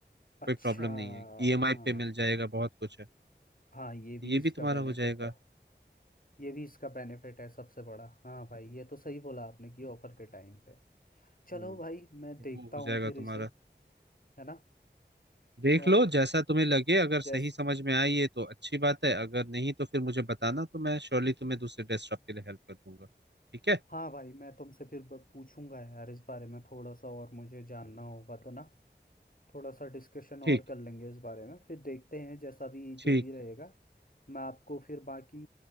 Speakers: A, on the left; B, on the right.
A: अच्छा
B: कोई प्रॉब्लम नहीं है ईएमआई
A: हाँ
B: पे मिल जाएगा बहुत कुछ है
A: हाँ ये
B: ये
A: भी इसका
B: भी तुम्हारा
A: बेनिफिट
B: हो जाएगा
A: है ये भी इसका बेनिफिट है सबसे बड़ा हाँ भाई ये तो सही बोला आपने कि ऑफर के टाइम पे चलो
B: हम्म
A: भाई मैं देखता
B: वो हो
A: हूँ
B: जाएगा
A: फिर
B: तुम्हारा
A: इसे है ना
B: देख
A: और
B: लो जैसा तुम्हें लगे अगर सही
A: जैस
B: समझ में आई है तो अच्छी बात है अगर नहीं तो फिर मुझे बताना तो मैं श्योरली तुम्हें दूसरे ड्रेस शॉप के लिए हेल्प कर दूंगा ठीक है
A: हाँ भाई मैं तुमसे फिर ब- पूछूंगा यार इस बारे में थोड़ा सा और मुझे जानना होगा तो ना थोड़ा सा डिस्कशन और
B: ठीक
A: कर लेंगे इस बारे में फिर देखते हैं जैसा भी
B: ठीक
A: जो भी रहेगा
B: है
A: मैं आपको फिर बाकी